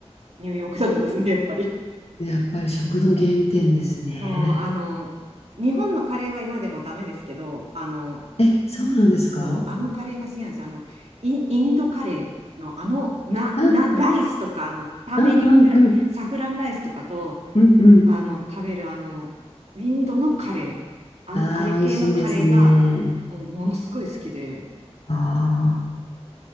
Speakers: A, on the right; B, on the left.
A: ニューヨークだったですね、やっぱり。
B: やっぱり食の原点ですね。
A: <laughs> そう、あの、日本のカレーは今でもダメですけど、あの、
B: え、そうなんですか
A: そうあのカレーが好きなんですよ。あの、イン、インドカレーの、あの、な、
B: うん、
A: な、ライスとか、あの、ターメリックラサフランライスとかと、
B: うん、うん、うん、うん、うん。
A: あの、食べるあの、インドのカレー、あん、
B: ああ、
A: あれ系のカレーが、
B: 美味しいですね。
A: もうものすごい好きで、
B: ああ、